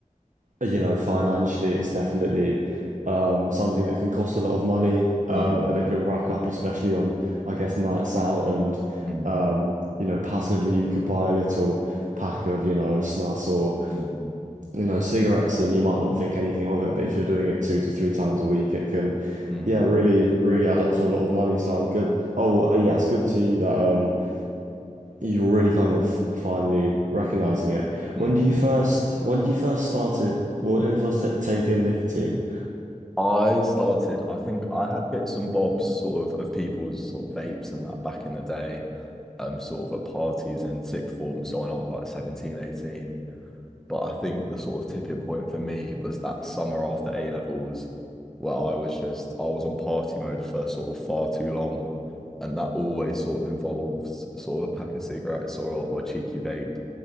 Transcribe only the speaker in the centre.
Mm,
mm,
mm,
mm,
mm.
I started, I think I had bits and bobs sort of of people's sort of vapes and that back in the day, um, sort of at parties in sixth form. So when I was like 17, 18. But I think the sort of tipping point for me was that summer after A levels, where I was just I was on party mode for sort of far too long, and that always sort of involves sort of a pack of cigarettes or or a cheeky vape.